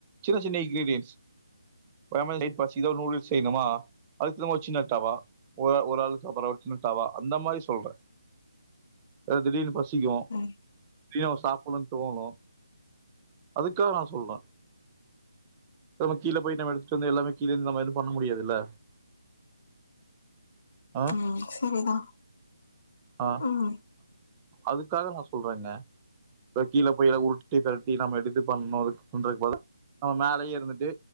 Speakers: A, on the right; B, on the left.
A: சின்ன சின்ன இன்கிரீடியன்ஸ் <unintelligible> பசிக்கிதோ நூடுல்ஸ் செய்ணுமா <unintelligible> சின்ன டவா ஒரு ஆள் ஒரு ஆள் சாப்புட்ற ஒரு சின்ன டவா அந்த மாரி சொல்றே ஏன்னா திடீர்னு பசிக்கு
B: ம்
A: ப்டியு சாப்புட்ணோன் தோணும் அதுக்தா நா சொல்றே ப்புறமா கீழ போய் நம்ம எடுத்துட்டு வந்து எல்லாமே கீழேந்து நம்ம இது பண்ண முடியாதுல்ல ஆ
B: ம் சரிதா
A: ஆ
B: ம்
A: அதுக்காக நா சொல்றேங்க ப்புறோ கீழ போய் எல்லா உருட்டி பெரட்டி நம்ம எடுத்து பண்ணணும் அதுக்குன்றது போல நம்ம மேலையே இருந்துட்டு